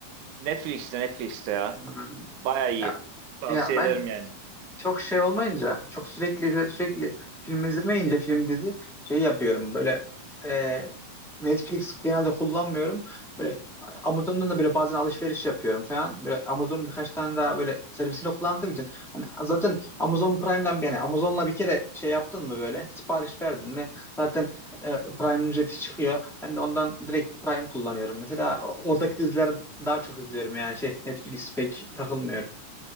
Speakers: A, on the right (about 70°); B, in the centre.
A: Netflix'te Netflix'te ya.
B: Hmm.
A: Baya iyi.
B: Ya
A: Tavsiye
B: ya ben
A: ederim yani.
B: çok şey olmayınca, çok sürekli sürekli film izlemeyince film dizi şey yapıyorum böyle e, Netflix genelde kullanmıyorum. Böyle Amazon'dan da böyle bazen alışveriş yapıyorum falan. Böyle Amazon'un birkaç tane daha böyle servisini kullandığım için hani zaten Amazon Prime'den yani Amazon'la bir kere şey yaptın mı böyle sipariş verdin mi zaten e, Prime ücreti çıkıyor. Ben de ondan direkt Prime kullanıyorum. Mesela oradaki dizileri daha çok izliyorum yani şey Netflix pek takılmıyorum.